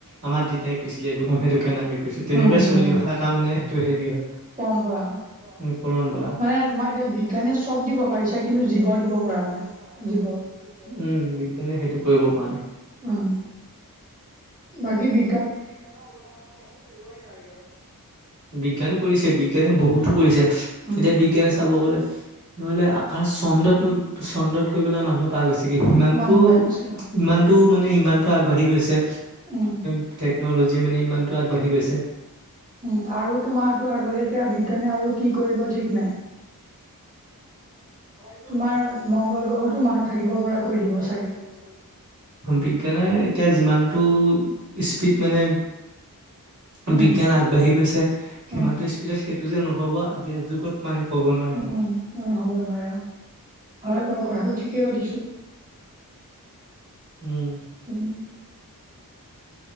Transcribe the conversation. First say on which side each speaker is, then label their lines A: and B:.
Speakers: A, on the right; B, on the right.
A: আমাৰ দেতাই কৈছিলে এইটো কাৰণ সেইটো। কেনে আমি কৈছো তেনেকুৱাই
B: উম
A: চলি
B: উম
A: অহা এটা মানে হেইটোৱে হেৰি হয়।
B: পৰম্পৰা আও।
A: উম পৰম্পৰা
B: মানে তোমাৰ এতিয়া বিজ্ঞানে চব দিব পাৰিছে, কিন্তু জীৱ দিব
A: <unintelligible>
B: পৰা নাই জীৱ
A: উম, বিজ্ঞানে সেইটো কৰিব পৰা নাই।
B: উম বাকি বি
A: বাকী বিজ্ঞানৰ অৱদৰ কথাটো ক'বই নেলাগে বাৰু। বিজ্ঞ বিজ্ঞান কৰিছে, বিজ্ঞানে বহুতো কৰিছে।
B: উম
A: এতিয়া বিজ্ঞানে চাব গ'লে ন'হলে আকাশ চন্দত, চন্দত গৈ পেলাই মানুহ পাই গৈছে গতিকে সিমানতটো
B: মানুহ পাই গৈছে আৰু
A: ইমানতটো মানে ইমানতটো আগবাঢ়ি গৈছে
B: উম
A: এ মে ইমান আগবাঢ়ি গৈছে।
B: উম আৰু তোমাৰো আগলে এতিয়া বিজ্ঞানে আৰু কি কৰিব ঠিক নাই।
A: হয়তো
B: তোমাৰ
A: তোমাৰ
B: মংগল গ্ৰহতো
A: মংগল গ্ৰহতো
B: থাকিব
A: মানুহ
B: পৰা
A: থাকিব
B: কৰি
A: পৰাকৈ
B: চাগে
A: দিব চাগে। বিজ্ঞানে এতিয়া যিমানটো স্পীড মানে-
B: উম
A: বিজ্ঞান আগবাঢ়ি গৈছে সিমানটো
B: উম
A: স্পীডত সেইটো যে নহব আজি যুগত মানে হ'ব নোৱাৰে।
B: উম উম হ'ব নোৱাৰে অ হয় বাৰু কথাটো ঠিকেই পাতিছো।
A: উম।
B: উম।